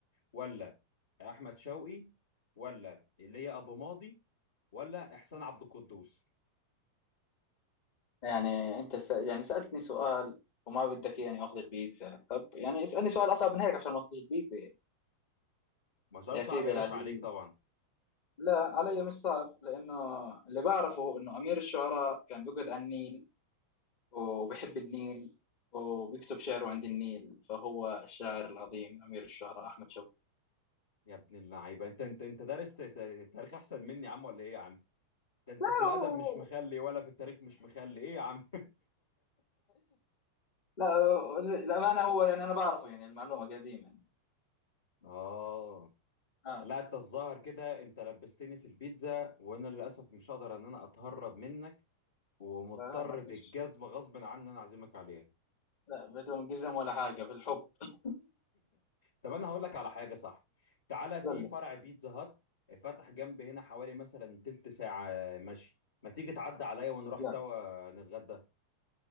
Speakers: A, on the left (about 65°); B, on the left (about 45°).
A: ولا أحمد شوقي ولا إيليا أبو ماضي ولا إحسان عبد القدوس
B: يعني انت س... يعني سألتني سؤال وما بدك يعني اخذ البيتزا طب يعني اسألني سؤال اصعب من هيك عشان ما اخذ البيتزا يعني.
A: ما سؤال
B: يا
A: صعب
B: سيدي
A: يا باشا
B: العزيز
A: عليك طبعا
B: لا علي مش صعب لانه اللي بعرفه انه امير الشعراء كان بيقعد على النيل وبيحب النيل وبيكتب شعره عند النيل فهو الشاعر العظيم امير الشعراء احمد شوقي
A: يا ابن اللعيبه انت انت انت دارس ت- تاريخ احسن مني يا عم ولا ايه يا عم ده انت
B: لا
A: في الادب
B: هو-
A: مش مخلي ولا في التاريخ مش مخلي ايه يا عم
B: لا للامانه هو يعني انا بعرفه يعني المعلومه قديمه يعني
A: <laughs> اه
B: اه
A: لا انت الظاهر كده انت لبستني في البيتزا وانا للاسف مش هقدر ان انا اتهرب منك ومضطر
B: فلا ما فيش
A: بالجزمه غصب عني ان انا اعزمك عليها
B: لا بدون قزم ولا حاجه بالحب <laughs>
A: طب انا هقول لك على حاجه صح تعالى في
B: قول لي
A: فرع بيتزا هات فتح جنب هنا حوالي مثلا تلت ساعه مشي ما تيجي تعدي عليا ونروح
B: يلا.
A: سوا نتغدى